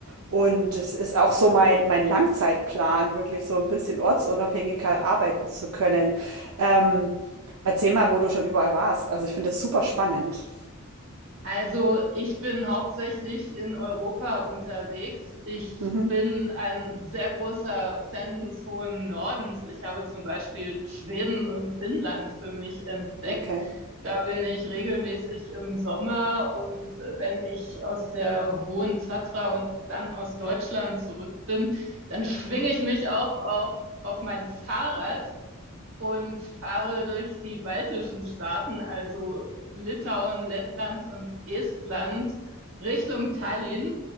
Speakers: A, on the right; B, on the right.
A: Und es ist auch so mein, mein Langzeitplan, wirklich so ein bisschen ortsunabhängiger arbeiten zu können. Ähm, erzähl mal, wo du schon überall warst. Also ich finde das super spannend.
B: Also ich bin hauptsächlich in Europa unterwegs. Ich
A: Mhm.
B: bin ein sehr großer Fan des hohen Nordens. Ich habe zum Beispiel Schweden und Finnland für mich entdeckt.
A: Okay.
B: Da bin ich regelmäßig im Sommer und äh, wenn ich aus der Hohen Tatra und dann aus Deutschland zurück bin, dann schwinge ich mich auch auf, auf mein Fahrrad und fahre durch die baltischen Staaten, also Litauen, Lettland und Estland, Richtung Tallinn.